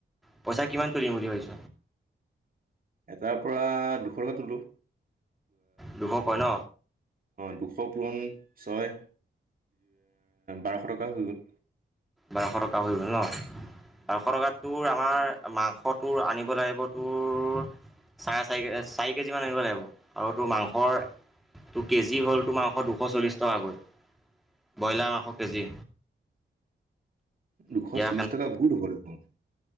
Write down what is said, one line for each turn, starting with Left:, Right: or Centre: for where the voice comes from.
Centre: পইচা কিমান তুলিম বুলি ভাবছ
Right: এটাৰ পৰা দুশ টকা তোলোঁ
Centre: দুশ কয় ন
Right: দুশ পুৰণ <unintelligible> ছয় বাৰশ টকা হৈ গ'ল
Centre: বাৰশ টকা হৈ গ'ল ন বাৰশ টকাত তোৰ আমাৰ মাংসটো আনিব। আহিব তোৰ চাৰে চাৰি কেজি মান আনিব লাগিব আৰু তোৰ মাংসৰ <unintelligible> তোৰ কেজি হ'ল তোৰ মাংস দুশ চল্লিছ টকাকৈ, ব্ৰইলাৰ মাংস কেজি
Right: দুশ
Centre: এতিয়া
Right: চল্লিশ টকা বহুত হ'ব দেখোন